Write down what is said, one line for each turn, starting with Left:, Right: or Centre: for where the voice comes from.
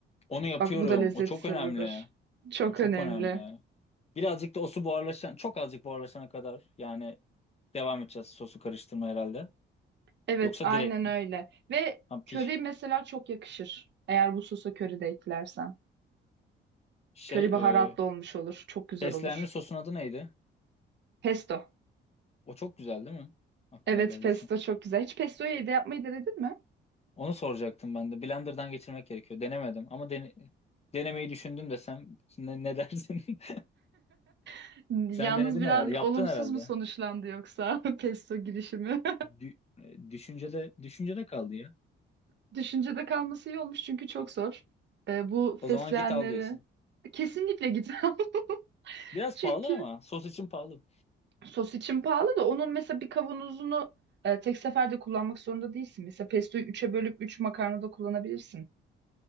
Left: Onu yapıyorum.
Right: Bak bu da lezzet
Left: O çok
Right: sırrıdır.
Left: önemli.
Right: Çok
Left: O çok
Right: önemli.
Left: önemli. Birazcık da o su buharlaşan çok azıcık buharlaşana kadar yani devam edeceğiz sosu karıştırma herhalde.
Right: Evet,
Left: Yoksa
Right: aynen
Left: direkt mi?
Right: öyle. Ve
Left: Ha,
Right: köri
Left: piş,
Right: mesela çok yakışır. Eğer bu sosa köri de eklersen.
Left: şey
Right: Köri baharatlı
Left: e,
Right: olmuş olur. Çok güzel
Left: fesleğenli
Right: olur.
Left: sosun adı neydi?
Right: Pesto.
Left: O çok güzel değil mi? Aklıma
Right: Evet,
Left: geldi
Right: pesto
Left: sen.
Right: çok güzel. Hiç pestoyu evde yapmayı denedin mi?
Left: Onu soracaktım ben de. Blender'dan geçirmek gerekiyor. Denemedim ama dene- denemeyi düşündüm desem ne, ne dersin? <laughs>
Right: <laughs> Yalnız
Left: Sen denedin
Right: biraz
Left: herhalde. Yaptın
Right: olumsuz
Left: herhalde.
Right: mu sonuçlandı yoksa <laughs> pesto girişimi?
Left: Dü- e, düşüncede, düşüncede kaldı ya.
Right: <laughs> Düşüncede kalması iyi olmuş çünkü çok zor. Ee, bu
Left: O
Right: fesleğenleri
Left: zaman git al diyorsun.
Right: kesinlikle git. <laughs>
Left: Biraz
Right: Çünkü
Left: pahalı ama sos için pahalı.
Right: Sos için pahalı da onun mesela bir kavanozunu e, tek seferde kullanmak zorunda değilsin. Mesela pestoyu üç'e bölüp 3 makarnada kullanabilirsin.